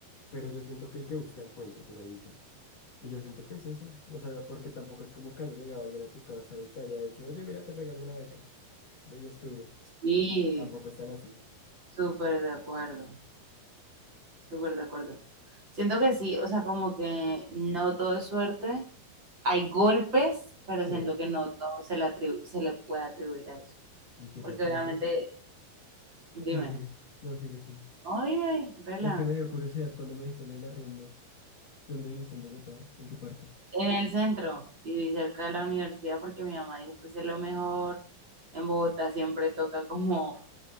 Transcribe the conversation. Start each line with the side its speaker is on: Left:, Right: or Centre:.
Left: pero yo siento que el que busca encuentra, por ahí dicen. Y yo siento que es eso. O sea, porque tampoco es como que haya llegado alguien a tu casa y te haya dicho, oye, mira, te regalo una beca, ve y estudia.
Right: Sí,
Left: Tampoco están así.
Right: súper de acuerdo, súper de acuerdo. Siento que sí, o sea, como que no todo es suerte. Hay golpes, pero
Left: Sí.
Right: siento que no todo se le atribu- se le puede atribuir a eso.
Left: ¿Y qué
Right: Porque
Left: te iba a preguntar?
Right: obviamente, dime,
Left: Sigue, sigue. No, sigue, sigue.
Right: no, dime, rela.
Left: Es que me dio curiosidad cuando me dijiste lo del arriendo. ¿Dónde viviste en Bogotá? ¿En qué parte?
Right: En el centro, viví cerca de la universidad porque mi mamá dijo, pues es lo mejor. En Bogotá siempre toca como,